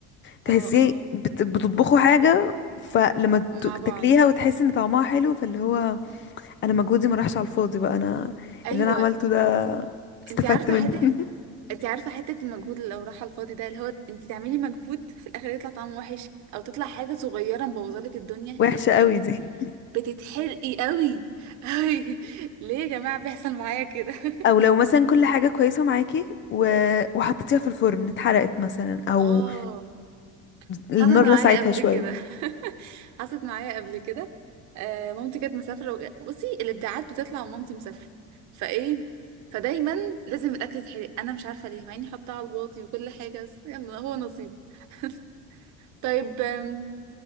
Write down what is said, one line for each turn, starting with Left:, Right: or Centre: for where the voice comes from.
Left: تحسيه
Right: اه اه
Left: بت- بتطبخوا حاجة فلما ت-
Right: مع
Left: تاكليها
Right: بعض
Left: وتحسي ان طعمها حلو فاللي هو انا مجهودي ما راحش على الفاضي بقى انا
Right: ايوه
Left: اللي انا عملته ده استفدت
Right: انت عارفه
Left: منه
Right: حته
Left: <laughs>
Right: انت عارفه حته المجهود اللي لو راح على الفاضي ده اللي هو انت تعملي مجهود في الاخر يطلع طعمه وحش او تطلع حاجه صغيره مبوظالك الدنيا
Left: وحشة قوي
Right: انت
Left: دي
Right: بتتحرقي قوي قوي <laughs> ليه يا جماعه بيحصل معايا كده <laughs>
Left: او لو مثلا كل حاجة كويسة معاكي و... وحطيتيها في الفرن اتحرقت مثلا او
Right: اه
Left: النار
Right: حصلت معايا
Left: لسعتها
Right: قبل
Left: شوية
Right: كده <laughs> حصلت معايا قبل كده آه مامتي كانت مسافره وج- بصي الابداعات بتطلع ومامتي مسافره فايه فدايما لازم الاكل يتحرق انا مش عارفه ليه مع اني حاطاه على الواطي وكل حاجه بس يلا هو نصيب <laughs> طيب آم،